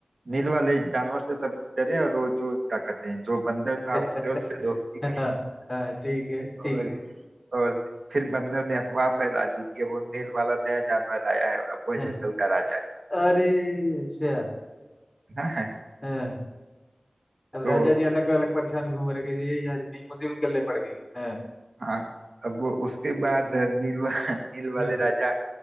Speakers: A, on the right; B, on the left.
A: नील वाले जानवर से सब डरे और वो जो क्या कहते हैं जो बंदर
B: हाँ <laughs>
A: था उसने उससे दोस्ती की
B: हाँ हाँ, ठीक है ठीक
A: और और फिर बंदर ने अफवाह फैला दी कि वो नील वाला नया जानवर आया है अब वह
B: है
A: जंगल का राजा है
B: अरे अच्छा
A: ना
B: हाँ अब
A: तो
B: राजा जी अलग अलग परेशान घूम रहे हैं कि ये यार नई मुसीबत गले पड़ गई हाँ
A: हाँ अब वो उसके बाद नील वा- नील वाले
B: हम्म,
A: राजा